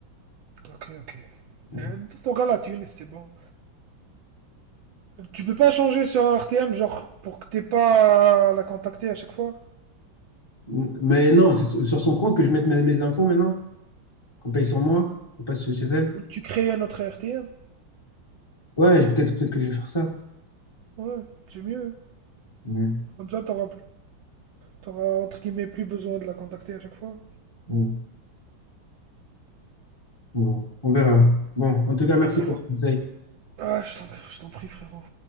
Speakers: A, on the right (about 80°); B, on the left (about 20°).
A: Ok, ok.
B: vois.
A: Euh, T'auras la thune et c'était bon. Tu peux pas changer sur un R T M, genre, pour que t'aies pas à la contacter à chaque fois
B: Mais non, c'est sur sur son compte que je mette mes, mes infos maintenant, qu'on paye sur moi, et pas chez chez elle.
A: Ou tu crées un autre RTM.
B: Ouais, je- peut-être peut-être que je vais faire ça.
A: Ouais, c'est mieux.
B: Ouais.
A: Comme ça, t'auras, t'auras entre guillemets plus besoin de la contacter à chaque fois.
B: Ouais. Bon, on verra. Bon, en tout cas, merci
A: On verra.
B: pour le conseil.
A: Ah, je t'en, je t'en prie, frérot.